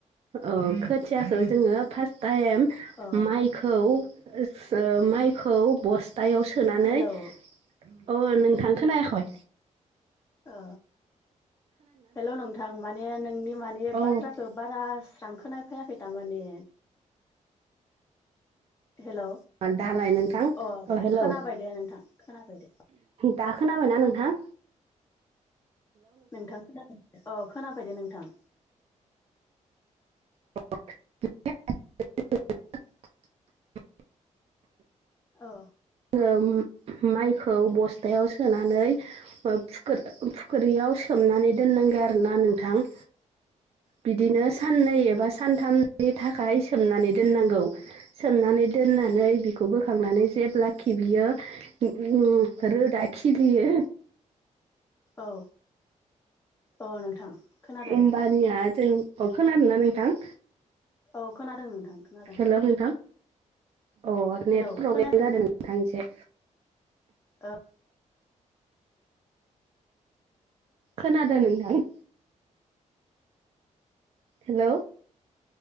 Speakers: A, on the right; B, on the left.
A: अ खोथियाखौ जोङो फार्स्ट टाइम
B: अ
A: माइखौ ओ माइखौ बस्थायाव सोनानै
B: हेलौ
A: अ नों थांखोनायाखै?
B: ओ हेल' नोंथां माने नों नि माने
A: अ
B: बाथ्राखौ बारा स्रां खोनाया। फैया खैथामानि हेल
A: दालाय नोंथां
B: अ दे
A: हेलौ
B: खोनाबाय दे नोंथां खोनाबाय दे।
A: दाखोना बायना नोंथां?
B: नोंथां खोनाबाय अ खोनाबायदे नोंथां।
A: <unintelligible>
B: <inaudible>
A: <inaudible>
B: औ
A: ओम मायखौ बस्थायाव सोनानै फुखि फुख्रियाव सोमनानै सोमनानै दोननांगोन आरोना नोंथां।
B: <inaudible>
A: बिदिनो साननै एबा सानथामनि थाखाय सोमनानै दोननांगौ सोमनानै दोननानै बिखौ बोखांनानै जेब्ला खि बियो उम रोदा खिलियो
B: औ औ नोंथां खोनादो
A: होमबानिया
B: दे
A: जों अ खोनादोंना नोंथां।
B: औ खोनादों नोंथां खोनादों।
A: हेल' नोंथां अ नेट
B: हेलौ
A: प्रब्लेम
B: खोनायाखै
A: जादों नोंथां इसे।
B: ओ
A: खोनादों नोंथां। हेलौ